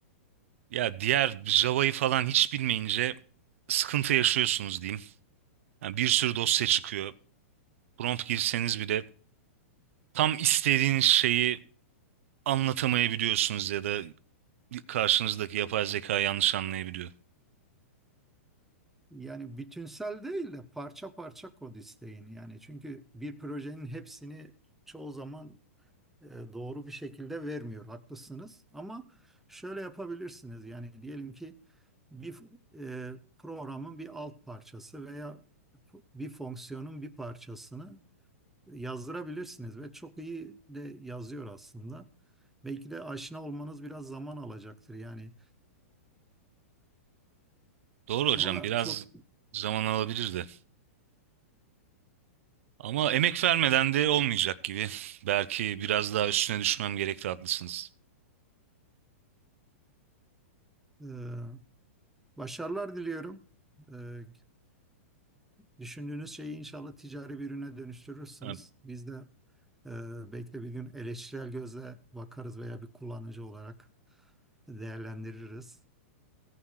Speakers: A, on the right; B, in the centre.
A: Ya diğer Java'yı falan hiç bilmeyince sıkıntı yaşıyorsunuz diyeyim. Yani bir sürü dosya çıkıyor. Prompt girseniz bile tam istediğiniz şeyi anlatamayabiliyorsunuz ya da karşınızdaki yapay zeka yanlış anlayabiliyor.
B: Yani bütünsel değil de parça parça kod isteyin. Yani çünkü bir projenin hepsini çoğu zaman e, doğru bir şekilde vermiyor. Haklısınız. Ama şöyle yapabilirsiniz. Yani diyelim ki bir e, programın bir alt parçası veya bir fonksiyonun bir parçasını yazdırabilirsiniz ve çok iyi de yazıyor aslında. Belki de aşina olmanız biraz zaman alacaktır. Yani
A: Doğru hocam
B: ama
A: biraz
B: çok
A: zaman alabilirdi. Ama emek vermeden de olmayacak gibi. Belki biraz daha üstüne düşmem gerekti haklısınız.
B: e, başarılar diliyorum. E, düşündüğünüz şeyi inşallah ticari bir ürüne dönüştürürsünüz.
A: Ha,
B: Biz de Ee, belki de bir gün eleştirel gözle bakarız veya bir kullanıcı olarak değerlendiririz.